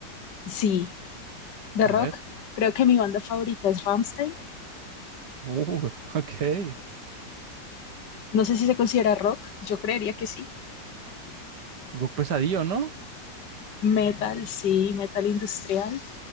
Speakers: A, on the left; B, on the right.
A: Sí, de
B: A
A: rock.
B: ver.
A: Creo que mi banda favorita es Rammstein.
B: Uh, <laughs> ok.
A: No sé si se considera rock, yo creería que sí.
B: Rock pesadillo, ¿no?
A: Metal, sí, metal industrial